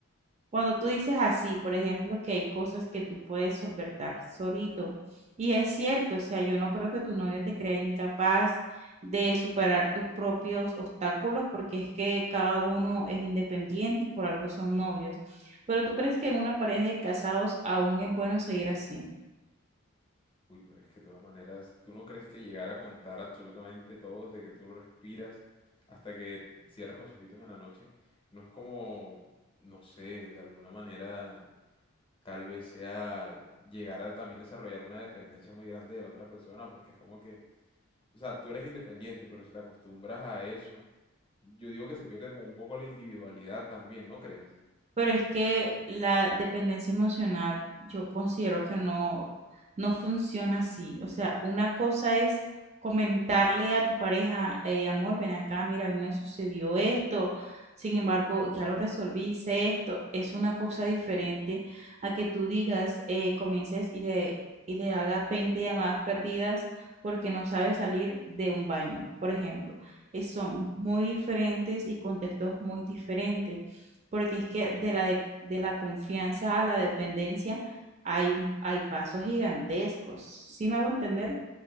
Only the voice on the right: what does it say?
Cuando tú dices así, por ejemplo, que hay cosas que tú puedes solventar solito, y es cierto, o sea, yo no creo que tu novia te crea incapaz de superar tus propios obstáculos, porque es que cada uno es independiente y por algo son novios. Pero ¿tú crees que en una pareja de casados aún es bueno seguir así?
Pero es que la dependencia emocional yo considero que no, no funciona así. O sea, una cosa es comentarle a tu pareja, "Eh, amor, ven acá, mira, a mí me sucedió esto, sin embargo, ya lo resolví, hice esto. Es una cosa diferente a que tú digas, eh, comiences y le, y le hagas 20 llamadas perdidas porque no sabe salir de un baño, por ejemplo. Es- son muy diferentes y contextos muy diferentes porque es que de la, de, de la confianza a la dependencia hay, un, hay pasos gigantescos. ¿Sí me hago entender?